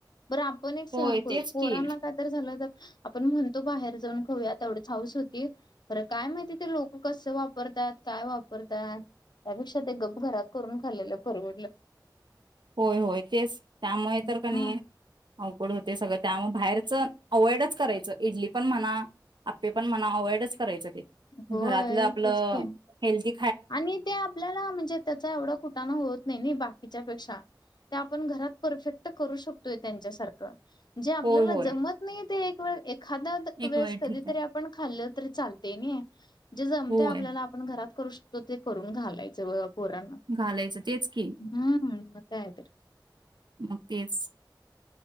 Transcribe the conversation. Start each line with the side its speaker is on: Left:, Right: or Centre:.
Left: बरं आपण एक सहन
Right: होय
Left: करू
Right: तेच
Left: पोरांना
Right: की
Left: काय तर झालं तर आपण म्हणतो बाहेर जाऊन खऊयाता तेवढी हाऊस होती खरं काय माहिती ते लोक कसं वापरतात. काय वापरतात त्यापेक्षा ते गप् घरात करून खाल्लेलं परवडलं.
Right: होय होय तेच त्यामुळे
Left: हम्म.
Right: तर का नाही अवघड होत. ते सगळं त्यामुळे बाहेरच अव्हइडच करायचं इडली पण म्हणा. आपे पण मना अवॉइडच करायचं ते
Left: हा होय
Right: घरातलं आपलं
Left: तेच की.
Right: हेल्थी
Left: आणि ते आपल्याला म्हणजे त्याचा एवढा कुठाण होत नाही नाही बाकीच्या पेक्षा त्या आपण घरात परफेक्ट करू शकतोय त्यांच्यासारखं जे आपल्याला
Right: होय होय
Left: जमत नाही ते एक वेळ एखादा्या
Right: एक
Left: वेळेस
Right: वेळ
Left: कधीतरी
Right: ठीक आहे
Left: आपण खाल्ल तर चालते नाही जे जमते
Right: होय
Left: आपल्याला आपण घरात करू शकतो ते करून घालायच पूरण
Right: घालायचं तेच की
Left: हम्म मगयत्री
Right: मुक्तेज